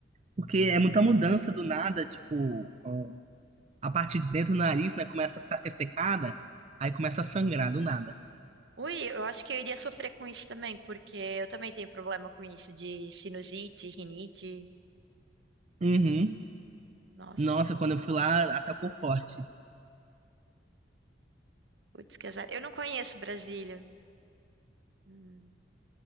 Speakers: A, on the right (about 35°); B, on the right (about 70°).
A: porque é muita mudança do nada, tipo, ó, a parte de dentro do nariz, né, começa a ficar ressecada, aí começa a sangrar do nada.
B: Ui, eu acho que eu iria sofrer com isso também, porque eu também tenho problema com isso de sinusite, rinite.
A: Uhum.
B: Nossa,
A: Nossa, quando eu fui lá, atacou forte.
B: putz, que azar. Eu não conheço Brasília. Hum.